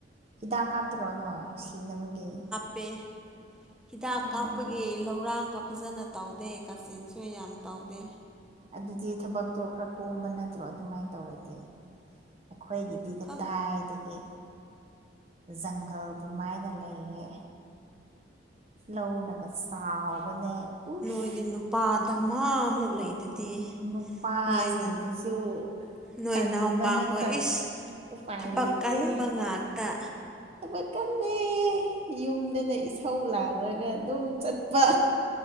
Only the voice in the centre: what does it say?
ꯄꯦ ꯍꯤꯗꯥꯛ
ꯀꯥꯞꯄꯒꯤ ꯂꯧꯔꯥꯡꯒ ꯐꯖꯅ ꯇꯧꯗꯦ ꯀꯆꯤꯟꯁꯨ ꯌꯥꯝ ꯇꯧꯗꯦ
ꯈ
ꯅꯣꯏꯗꯤ ꯅꯨꯄꯥ ꯙꯃꯥꯃꯨꯛ ꯂꯩꯗꯨꯗꯤ
ꯅꯣꯏꯅ ꯅꯣꯏ
ꯏꯅꯥꯎꯄꯥꯈꯣꯏ
ꯏꯁ
ꯊꯕꯛ
ꯀꯟꯕ ꯉꯥꯛꯇ